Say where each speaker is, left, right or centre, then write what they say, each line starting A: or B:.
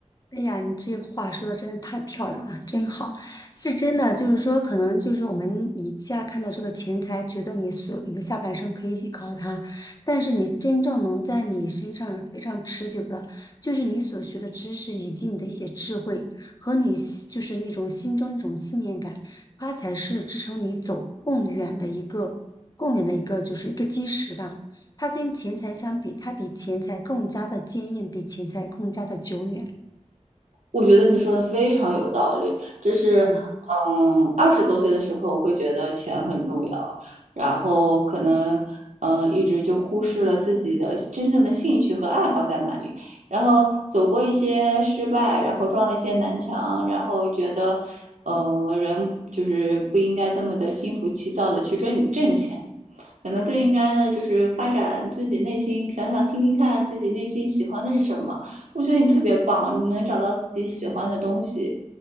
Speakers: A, on the left; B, on the right.
A: 哎呀，你这话说的真的太漂亮了，真好，是真的。就是说，可能就是我们以下看到这个钱财，觉得你所你的下半生可以依靠它，但是你真正能在你身上非常持久的，就是你所学的知识以及你的一些智慧和你心就是那种心中那种信念感，它才是支撑你走更远的一个更远的一个就是一个基石吧。它跟钱财相比，它比钱财更加的坚硬，比钱财更加的久远。
B: 我觉得你说的非常有道理，这是，
A: 嗯。
B: 嗯，二十多岁的时候会觉得钱很重要，然后可能，嗯，一直就忽视了自己的真正的兴趣和爱好在哪里，然后走过一些失败，然后撞了一些南墙，然后觉得，呃，人就是不应该这么的心浮气躁的去挣挣钱，可能更应该的就是发展自己内心，想想听听看自己内心喜欢的是什么。我觉得你特别棒，你能找到自己喜欢的东西，